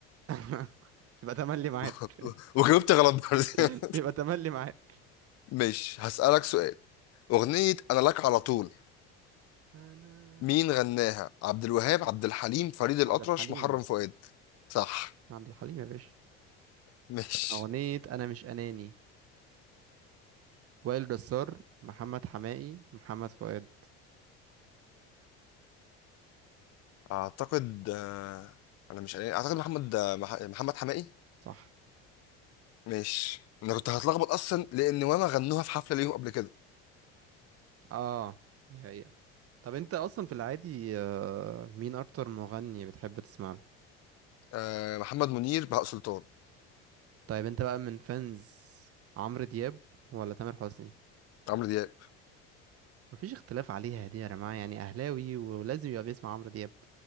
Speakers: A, on the right; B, on the left.
A: <laughs> يبقى تملي معاك
B: <laughs> وجاوبت غلط برضه
A: <laughs> يبقى
B: <laughs>
A: تملي معاك
B: مش هسالك سؤال اغنيه انا لك على طول
A: أنا
B: مين غناها عبد الوهاب عبد الحليم فريد الاطرش
A: عبد الحليم
B: محرم فؤاد صح
A: عبد الحليم يا باشا
B: مش
A: أغنية أنا مش أناني وائل جسار محمد حماقي محمد فؤاد
B: اعتقد آه، انا مش عارف. اعتقد محمد آه، مح- محمد حماقي
A: صح
B: مش انا كنت هتلخبط اصلا لان واما غنوها في حفله ليهم قبل كده
A: اه دي حقيقة طب انت اصلا في العادي آه، مين اكتر مغني بتحب تسمع له
B: آه، محمد منير بهاء سلطان
A: طيب انت بقى من فانز عمرو دياب ولا تامر حسني
B: عمرو دياب
A: مفيش اختلاف عليها دي يا جماعة يعني اهلاوي ولازم يبقى بيسمع عمرو دياب